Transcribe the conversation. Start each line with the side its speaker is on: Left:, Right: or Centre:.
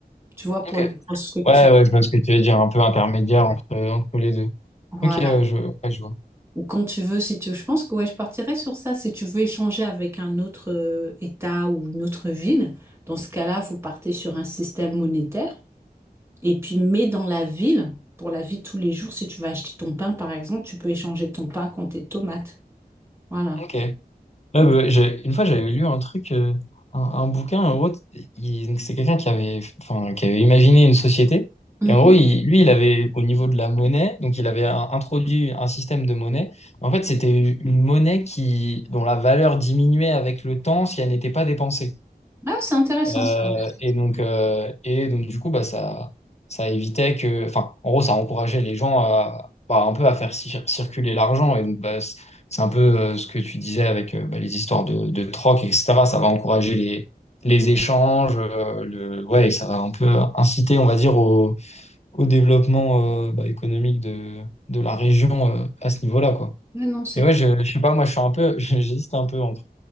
Right: Tu vois, pour
Left: Ok.
Right: les grosses structures.
Left: Ouais, ouais, je vois ce que tu veux dire, un peu intermédiaire entre, entre les deux.
Right: Voilà.
Left: Ok, ouais, je, ouais, je vois.
Right: Ou quand tu veux, si tu veux. Je pense que ouais, je partirais sur ça. Si tu veux échanger avec un autre euh, État ou une autre ville, dans ce cas-là, vous partez sur un système monétaire. Et puis, mais dans la ville, pour la vie de tous les jours, si tu vas acheter ton pain, par exemple, tu peux échanger ton pain contre tes tomates. Voilà.
Left: Ok. Ouais, bah,
Right: Donc,
Left: j'ai- une fois, j'avais lu un truc, euh, un, un bouquin, en gros, il- donc c'est quelqu'un qui avait, enfin, qui avait imaginé une société.
Right: mhm.
Left: Et en gros, il- lui, il avait, au niveau de la monnaie, donc il avait un- introduit un système de monnaie. En fait, c'était une monnaie qui, dont la valeur diminuait avec le temps si elle n'était pas dépensée.
Right: Ah, c'est intéressant
Left: Euh,
Right: ça aussi.
Left: et donc, euh, et donc du coup, bah, ça, ça évitait que, enfin, en gros, ça encourageait les gens à, bah, un peu à faire cir- circuler l'argent. Et donc, bah, c- c'est un peu euh, ce que tu disais avec euh, bah, les histoires de, de troc, etc. Ça va encourager les, les échanges, euh, le, ouais, et ça va un peu inciter, on va dire, au, au développement euh, bah, économique de, de la région euh, à ce niveau-là, quoi.
Right: Mais non, c'est
Left: Et ouais,
Right: clair.
Left: je, je sais pas, moi, je suis un peu, <laughs> j'hésite un peu entre,